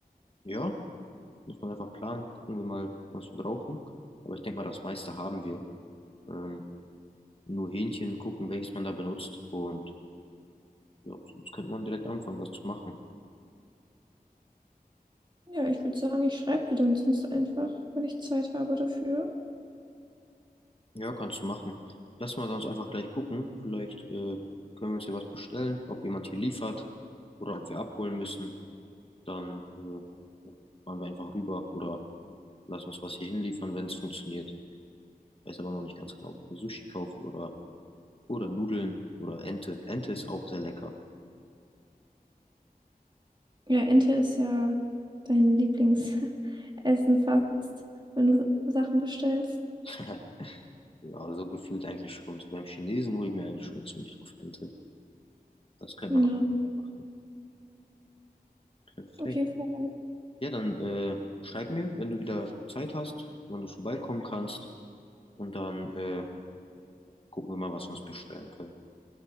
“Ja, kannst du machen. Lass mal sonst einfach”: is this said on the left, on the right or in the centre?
Left